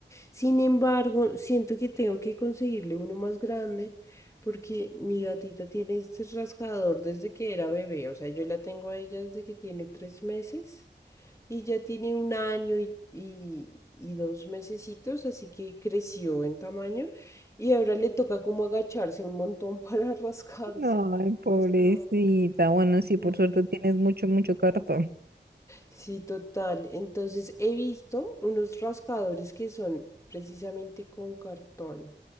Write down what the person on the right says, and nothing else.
Ay,
pobrecita.
Bueno,
sí, por suerte tienes mucho, mucho cartón.